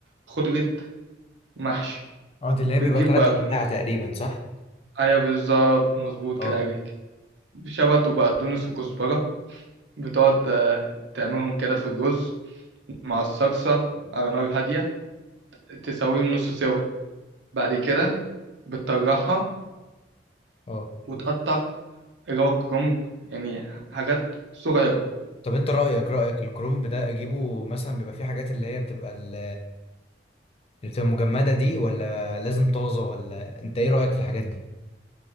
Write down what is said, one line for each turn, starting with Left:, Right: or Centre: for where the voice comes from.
Right: خضرة محشي
Left: اه دي اللي
Right: بتجيب
Left: هي بيبقى ثلاث
Right: بقدونس
Left: انواع تقريبا صح
Right: ايوه بالظبط مظبوط
Left: اه
Right: كده عليك شبت وبقدونس وكزبرة بتقعد آه، تعملهم كده في الرز مع الصلصة على نار هادية تسويهم نص سوا بعد كده بتطرحها
Left: اه
Right: وتقطع اللي هو كرنب يعني حاجات صغيرة
Left: طب انت رأيك رأيك الكرومب ده اجيبه مثلا بيبقى فيه حاجات اللي هي بتبقى ال- اللي بتبقى مجمدة دي ولا لازم طازة ولا انت ايه رأيك في الحاجات دي